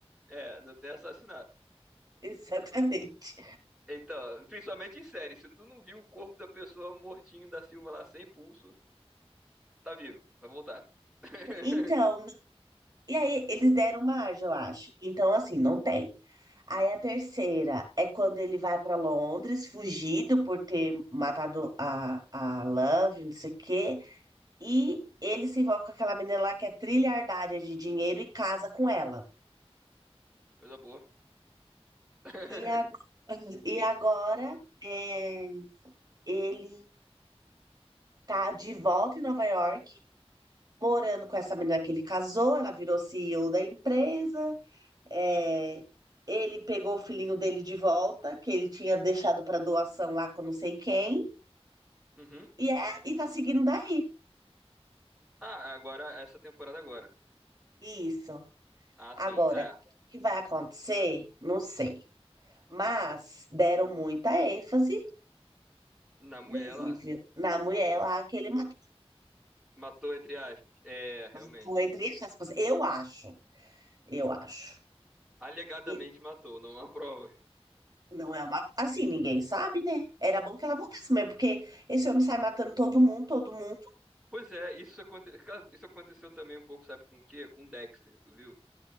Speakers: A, in the centre; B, on the right.
A: É, não tem assassinato.
B: Exatamente.
A: Então, principalmente em série, se tu não viu o corpo da pessoa mortinho da Silva lá sem pulso, tá vivo, vai voltar. <laughs>
B: Então, e aí eles deram uma asa, eu acho. Então, assim, não tem. Aí a terceira é quando ele vai para Londres, fugido por ter matado a, a Love, não sei o quê. E ele se envolve com aquela menina lá que é trilhardária de dinheiro e casa com ela.
A: Coisa boa. <laughs>
B: E, a, <laughs> e agora é, ele tá de volta em Nova York, morando com essa menina que ele casou, ela virou CEO da empresa. É, ele pegou o filhinho dele de volta, que ele tinha deixado para doação lá com não sei quem,
A: Uhum.
B: e é, e tá seguindo daí.
A: Ah, agora, essa temporada agora.
B: Isso.
A: Ah, sim.
B: Agora,
A: É,
B: o que vai acontecer? Não sei. Mas deram muita ênfase
A: na mulher
B: nele,
A: ela
B: viu? Na mulher lá que ele matou.
A: matou, entre aspas. É, realmente.
B: Matou entre aspas. Eu acho. Eu acho.
A: Alegadamente
B: E
A: matou, não há prova.
B: não é uma. Assim, ninguém sabe, né? Era bom que ela voltasse mesmo, porque esse homem sai matando todo mundo, todo mundo,
A: Pois é, isso, aconte... cara, isso aconteceu também um pouco, sabe com o quê? Com Dexter, tu viu?